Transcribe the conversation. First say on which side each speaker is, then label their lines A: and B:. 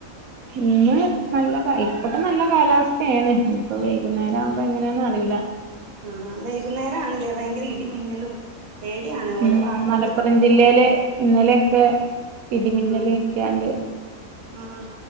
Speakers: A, on the right; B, on the right.
A: ഇന്ന് നല്ല കാല ഇപ്പൊക്കെ നല്ല കാലാവസ്ഥേണ്. ഇഞ്പ്പം വൈകുന്നേരം ആവുമ്പം എങ്ങനാന്ന് അറീല.
B: ആഹ് വൈകുന്നേരാണ് ലെ ഭയങ്കര ഇടിംമിന്നലും പേടിയാണ്
A: ഉം
B: ഓരോ വാർത്തകള്
A: മലപ്പുറം ജില്ലേല് ഇന്നലൊക്കെ ഇടിമിന്നലേറ്റാണ്ട്,
B: ആഹ് ആഹ്